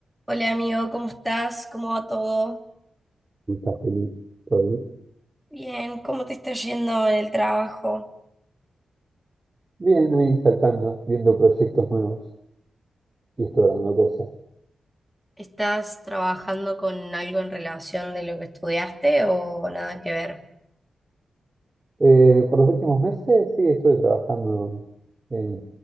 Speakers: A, in the centre; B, on the right.
A: Hola amigo, ¿cómo estás? ¿Cómo va todo?
B: ¿Cómo estás, Juli? ¿Todo bien?
A: Bien, ¿cómo te está yendo en el trabajo?
B: Bien, ahí saltando, viendo proyectos nuevos y explorando cosas.
A: ¿Estás trabajando con algo en relación de lo que estudiaste o nada que ver?
B: Eh, por los últimos meses sí estuve trabajando en